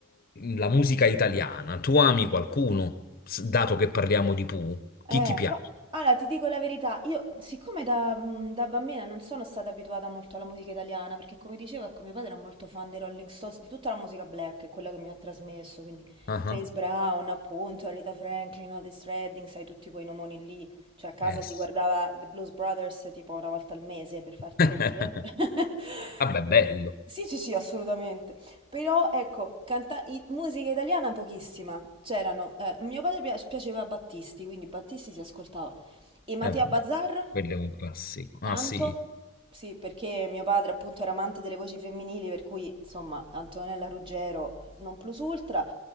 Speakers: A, on the left; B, on the right.
A: la musica italiana, tu ami qualcuno, S- dato che parliamo di Pooh? Chi
B: Eh,
A: ti piace?
B: gua- allora, ti dico la verità, io siccome da, mh, da bambina non sono stata abituata molto alla musica italiana, perché come dicevo, ecco, mio padre era molto fan dei Rolling Stones, di tutta la musica black, è quella che mi ha trasmesso, quindi
A: Ah,
B: James
A: ah.
B: Brown, appunto, Rita Franklin, Otis Redding, sai tutti quei nomoni lì, cioè a casa
A: Eh
B: si
A: sì.
B: guardava The Blues Brothers tipo una volta al mese, per farti
A: <laughs>
B: capire. <laughs>
A: Vabbè, bello.
B: Sì, sì, sì, assolutamente. Però ecco, canta- i- musica italiana pochissima. C'erano, eh, mio padre pia- piaceva Battisti, quindi Battisti si ascoltava. E Mattia
A: Eh, vabbè.
B: Bazar?
A: Quello è un classico.
B: Tanto?
A: Ah sì,
B: Sì, perché mio padre appunto era amante delle voci femminili, per cui insomma Antonella Ruggero non plus ultra.